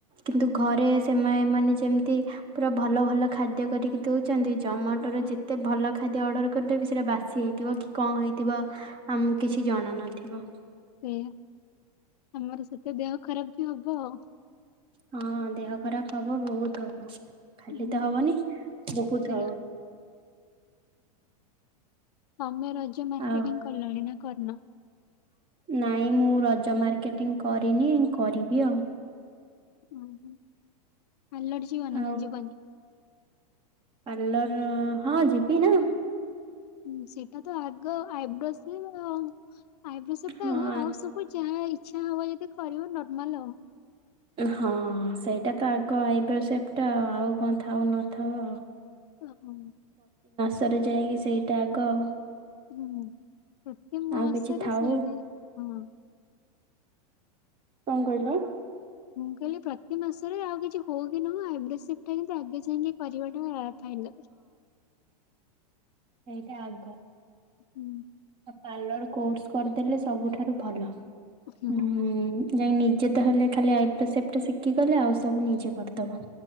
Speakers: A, on the right; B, on the left.
A: କିନ୍ତୁ ଘରେ ସେମାନେମାନେ ଯେମିତି ପୁରା ଭଲ ଭଲ ଖାଦ୍ୟ କରିକି ଦେଉଛନ୍ତି ଜମାଟୋର
B: ହଁ
A: ଯେ ଏତେ ଭଲ ଖାଦ୍ୟ ଅର୍ଡର କରିଦେବି ସେଇଟା ବାସି ହେଇଥିବ କି କଣ ହେଇଥିବ। ଥିବା ଆମକୁ କିଛି ଜଣ ନଥିବ।
B: ସେ ଆମର ସେତ ଦେହ ଖରାପ ବି ହବ ଆଉ।
A: ହଁ ଦେହ ଖରାପ ହବ ବହୁତ ଖାଲି
B: ହୁଁ
A: ତ ହବନି ବହୁତ
B: ସେଇଆ
A: ହବ।
B: ତମେ ରଜ ମାର୍କେଟିଂ
A: ଆଉ
B: କଲଣି ନା କରିନ?
A: ନାଇଁ ମୁଁ ରଜ ମାର୍କେଟିଂ କରିନି କରିବି ଆଉ।
B: ଓହୋ ପାଲର ଯିବନା
A: ଆଉ
B: ନା ଯିବନି?
A: ପାର୍ଲର ହଁ ଯିବି ନା।
B: ହଁ ସେଇଟା ତ ଆଗ ଆଇବ୍ରୋସେଭ ଆଉ। ଆଇବ୍ରୋ ସେଭଟା
A: ହଁ
B: ଆଗ ଆଉ ସବୁ ଯାହା ଇଚ୍ଛା ହବ ଯଦି କରିବ ନର୍ମାଲ ଆଉ।
A: ହଁ ସେଇଟା ତ ଆଗ ଆଇବ୍ରୋ ସେପ୍ ଟା ଆଉ କଣ ଥାଉ ନଥାଉ ଆଉ।
B: ହ ହ।
A: ତାପରେ ଯାଇକି ସେଇଟା ଆଗ ଆଉ।
B: ହୁଁ ପ୍ରତି ମାସରେ
A: ଆଉ କିଛି ଥାଉ।
B: ସେଇଟା ହଁ।
A: କଣ କହିଲ?
B: ମୁଁ କହିଲି ପ୍ରତି ମାସରେ ଆଉ କିଛି ହଉ କି ନହୋଉ ଆଇବ୍ରୋ ସେପ୍ ଟା ଆଗେ ଯାଇକି କରିଟା ଫାଇନାଲ।
A: ଏଇଟା ଆଗ।
B: ହୁଁ।
A: ପାର୍ଲର କୋର୍ସ କରିଦେଲେ ସବୁଠାରୁ ଭଲ ହଁ।
B: ହୁଁ
A: ଯାଇଁକି ନିଜେ ତ ହେଲେ ଖାଲି ଆଇବ୍ରୋ ସେପ୍ ଟା ଶିଖି ଗଲେ ଆଉ ସବୁ ନିଜେ କରିଦବ।